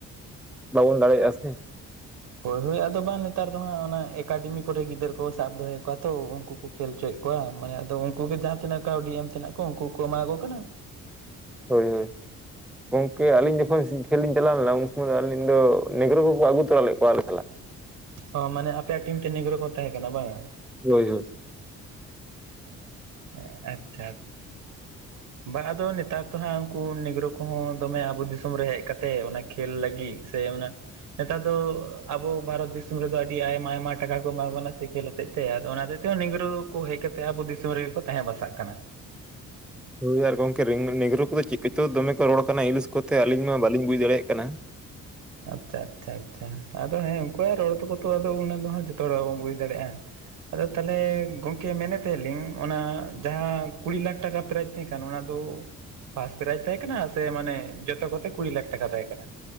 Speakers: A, in the centre; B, on the right.
A: ᱵᱟᱵᱚᱱ ᱫᱟᱲᱮᱭᱟᱜ-ᱟ ᱥᱮ
B: ᱦᱳᱭ ᱦᱳᱭ ᱟᱫᱚ ᱵᱟᱝ ᱱᱮᱛᱟᱨ ᱫᱚ ᱦᱟᱸᱜ ᱚᱱᱟ ᱮᱠᱟᱰᱮᱢᱤ ᱠᱚᱨᱮ ᱜᱤᱫᱽᱨᱟᱹ ᱠᱚ ᱥᱟᱵ ᱫᱚᱦᱚᱭᱮᱫ ᱠᱚᱣᱟ ᱛᱚ ᱩᱱᱠᱩ ᱠᱚ ᱠᱷᱮᱞ ᱦᱚᱪᱚᱭᱮᱫ ᱠᱚᱣᱟ ᱢᱟᱱᱮ ᱟᱫᱚ ᱩᱝᱠᱩ ᱜᱮ ᱡᱟᱦᱟᱸ ᱛᱤᱱᱟᱹᱜ ᱠᱟᱹᱣᱰᱤ ᱮᱢ ᱛᱮᱱᱟᱜ ᱠᱚ ᱩᱝᱠᱩ ᱠᱚ ᱮᱢᱟ ᱠᱚ ᱠᱟᱱᱟ᱾
A: ᱦᱳᱭ ᱦᱳᱭ ᱜᱚᱝᱠᱮ ᱟᱹᱞᱤᱧ ᱡᱚᱠᱷᱚᱱ ᱠᱷᱮᱞ ᱞᱤᱧ ᱪᱟᱞᱟᱣ ᱞᱮᱱᱟ, ᱩᱱ ᱥᱩᱢᱚᱭ ᱫᱚ ᱟᱹᱞᱤᱧ ᱫᱚ ᱱᱮᱜᱽᱜᱨᱳ ᱠᱚᱠᱚ ᱟᱹᱜᱩ ᱛᱚᱨᱟ ᱞᱮᱫ ᱠᱚᱣᱟ ᱟᱞᱮ ᱥᱟᱞ
B: ᱚ ᱢᱟᱱᱮ ᱟᱯᱮᱭᱟᱜ ᱴᱤᱢ ᱛᱮ ᱱᱤᱜᱽᱨᱳ ᱠᱚ ᱛᱟᱦᱮᱸ ᱠᱟᱱᱟ ᱵᱟᱝ
A: ᱦᱳᱭ ᱦᱳᱭ
B: ᱟᱪᱪᱷᱟ ᱟᱪᱪᱷᱟ ᱵᱟ ᱟᱫᱚ ᱱᱮᱛᱟᱨ ᱫᱚ ᱦᱟᱸᱜ ᱩᱱᱠᱩ ᱱᱮᱜᱽᱨᱳ ᱠᱚᱦᱚᱸ ᱫᱚᱢᱮ ᱟᱵᱚ ᱫᱤᱥᱚᱢ ᱨᱮ ᱦᱮᱡ ᱠᱟᱛᱮ ᱚᱱᱟ ᱠᱷᱮᱞ ᱞᱟᱹᱜᱤᱫ ᱥᱮ ᱚᱱᱟ ᱱᱮᱛᱟᱨ ᱫᱚ ᱟᱵᱚ ᱵᱷᱟᱨᱚᱛ ᱫᱤᱥᱚᱢ ᱨᱮᱫᱚ ᱟᱹᱰᱤ ᱟᱭᱢᱟ ᱟᱭᱢᱟ ᱴᱟᱠᱟ ᱠᱚ ᱮᱢᱟ ᱵᱚ ᱠᱟᱱᱟ ᱥᱮ ᱠᱷᱮᱞ ᱟᱛᱮᱫ ᱟᱫᱚ ᱚᱱᱟ ᱛᱮᱦᱚᱸ ᱱᱤᱜᱽᱨᱳ ᱠᱚ ᱦᱮᱡ ᱠᱟᱛᱮ ᱟᱵᱚ ᱫᱤᱥᱚᱢ ᱨᱮᱜᱮ ᱠᱚ ᱛᱟᱦᱮᱸ ᱵᱟᱥᱟᱜ ᱠᱟᱱᱟ
A: ᱦᱳᱭ ᱟᱨ ᱜᱚᱝᱠᱮ ᱱᱤᱜᱽᱨᱳ ᱠᱚᱫᱚ ᱪᱮᱫ ᱠᱚᱛᱚ ᱫᱚᱢᱮ ᱠᱚ ᱨᱚᱲ ᱠᱟᱱᱟ ᱤᱝᱞᱤᱥ ᱠᱚᱛᱮ ᱟᱹᱞᱤᱧ ᱢᱟ ᱵᱟᱞᱤᱧ ᱵᱩᱡᱽ ᱫᱟᱲᱮᱭᱟᱜ ᱠᱟᱱᱟ
B: ᱟᱪᱪᱷᱟ ᱟᱪᱪᱷᱟ ᱟᱪᱪᱷᱟ ᱟᱫᱚ ᱦᱮᱸ ᱩᱱᱠᱩᱣᱟᱜ ᱨᱚᱲ ᱛᱟᱠᱚ ᱟᱫᱚ ᱩᱱᱟᱹᱜ ᱫᱚ ᱡᱚᱛᱚ ᱦᱚᱲ ᱵᱟᱵᱚᱱ ᱵᱩᱡᱽ ᱫᱟᱲᱮᱭᱟᱜᱼᱟ᱾
A: <inaudible>
B: ᱟᱫᱚ ᱛᱟᱦᱚᱞᱮ ᱠᱮ ᱢᱮᱱᱮᱫ ᱛᱟᱦᱮᱞᱤᱧ ᱚᱱᱟ ᱡᱟᱦᱟᱸ ᱠᱩᱲᱤ ᱞᱟᱠᱷ ᱴᱟᱠᱟ ᱯᱨᱟᱭᱤᱡ ᱛᱟᱦᱮᱸ ᱠᱟᱱᱟ ᱚᱱᱟ ᱫᱚ ᱯᱷᱟᱥ ᱯᱨᱟᱭᱤᱡᱽ ᱛᱟᱦᱮᱸ ᱠᱟᱱᱟ ᱥᱮ ᱢᱟᱱᱮ ᱡᱚᱛᱚ ᱠᱚᱛᱮ ᱠᱩᱲᱤ ᱞᱟᱠᱷ ᱴᱟᱠᱟ ᱛᱟᱦᱮᱸ ᱠᱟᱱᱟ?